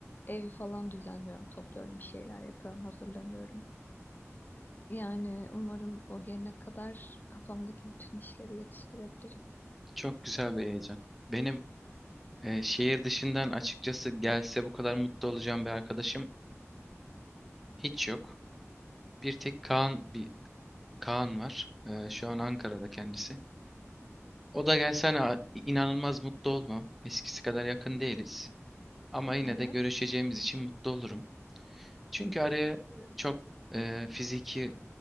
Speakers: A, on the left (about 40°); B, in the centre.
A: evi falan düzenliyorum, topluyorum, bir şeyler yapıyorum, hazırlanıyorum. Yani umarım o gelene kadar kafamdaki bütün işleri yetiştirebilirim.
B: Çok güzel bir heyecan. Benim eee, şehir dışından açıkçası gelse bu kadar mutlu olacağım bir arkadaşım hiç yok. Bir tek Kaan bir Kaan var. Eee, şu an Ankara'da kendisi. O da gelse hani a- inanılmaz mutlu olmam. Eskisi kadar yakın değiliz. Ama yine
A: Neden?
B: de görüşeceğimiz için mutlu olurum. Çünkü araya çok e, fiziki